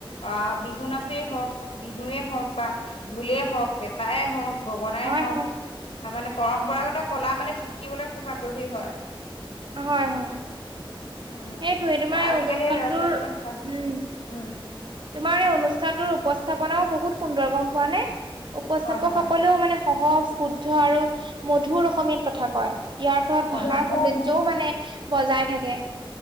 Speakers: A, on the left (about 80°); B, on the right (about 55°).
A: আহ, বিহু নাচেই হওক বিহুৱেই হওক বা ঢোলে হওক, পেঁপাই হওক, গগনাই
B: হয়,
A: হওক,
B: হয়,
A: তাৰমানে পৰম্পৰাগত কলা মানে শিকিবলৈ খুব আগ্ৰহী হয়।
B: হয়, হয়।
A: উম
B: সেইটোৱে, তোমাৰ এই
A: আজিকালি
B: অনুষ্ঠানটোৰ,
A: ল'ৰা ছোৱালীয়ে হয়
B: উম,
A: উম
B: তোমাৰ এই অনুষ্ঠানটোৰ উপস্থাপনাও বহুত সুন্দৰ, গম পোৱা নে? উপস্থাপকসকলেও
A: হয় হয়
B: মানে সহজ, শুদ্ধ আৰু মধুৰ অসমীয়াত কথা কয়, ইয়াৰ ফলত
A: হয়
B: ভাষাৰ সৌন্দৰ্য্যও
A: হয়
B: মানে বজাই থাকে।